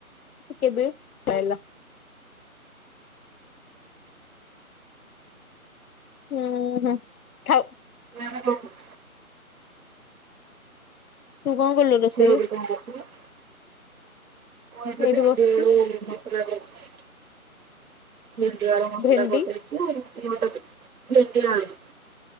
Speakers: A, on the left; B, on the right.
A: କେବେ <inaudible> ପାଇଲା? ହୁଁ ହୁଁ ଥାଉ।
B: ନା <inaudible>
A: ତୁ କଣ କଲୁ?
B: <inaudible>
A: ରୋଷେଇ
B: ମୁଁ ଏବେ
A: ଏଇଠି
B: ଭେଣ୍ଡି
A: ବସିଛି
B: ଆଳୁ ମସଲା କରିଛି ଭେଣ୍ଡି ଆଳୁ ମସଲା
A: ଭେଣ୍ଡି
B: କରିଦେଇ ସେ <inaudible> ଭେଣ୍ଡି ଆଳୁ।